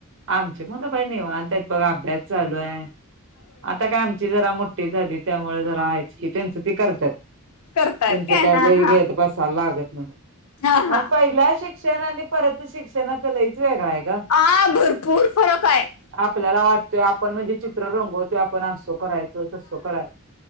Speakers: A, on the right; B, on the left.
A: आमची मुलं बाय निवांत आहेत बघ. अभ्यास चालू आहे, आता काय आम ची जरा मोठी झाली त्यामुळे जरा हायच की तेंच ती करत्यात.
B: करतायत
A: त्यांचं काय
B: हा
A: लय
B: हा
A: घे बसायला लागत नाही,
B: हा
A: पण
B: हा
A: पहिल्या शिक्षण आणि परतच शिक्षणाच लईच वेगळा आहे. ग
B: हा भरपूर फरक आहे.
A: आपल्याला वाटतोय आपण म्हणजे चित्र रंगवतोय, आपण असं करायचं, तसं कराय